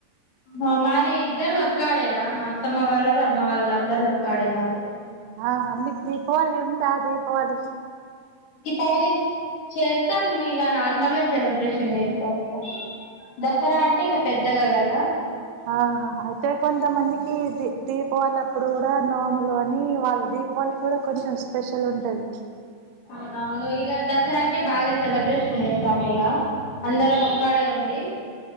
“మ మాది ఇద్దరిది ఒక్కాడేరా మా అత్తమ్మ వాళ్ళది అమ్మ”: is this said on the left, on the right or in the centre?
Left